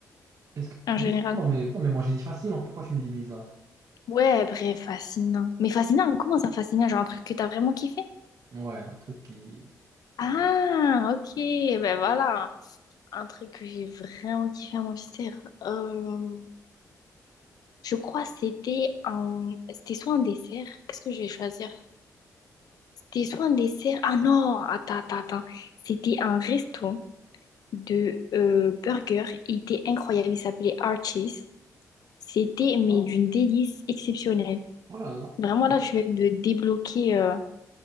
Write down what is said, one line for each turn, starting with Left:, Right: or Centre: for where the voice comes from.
Right: est-ce que...
Left: en
Right: biz-
Left: général?
Right: Non mais, non mais moi j'ai dit facile, hein. pourquoi tu me dis bizarre?
Left: Ouais, bref, fascinant. Mais fascinant, comment ça fascinant? Genre un truc que t'as vraiment kiffé?
Right: Ouais, un truc qui...
Left: Ah,
Right: Ouais.
Left: ok, ben voilà. Un truc que j'ai vraiment kiffé à mon dessert. Euh, je crois que c'était un... C'était soit un dessert. Qu'est-ce que je vais choisir? C'était soit un dessert. Ah non, attends, attends, attends. C'était un resto de euh, burger. Il était incroyable. Il s'appelait Archie's. C'était, mais
Right: Oh,
Left: d'une délice exceptionnelle.
Right: oh là là.
Left: Vraiment,
Right: Ok,
Left: là, je viens de débloquer. euh,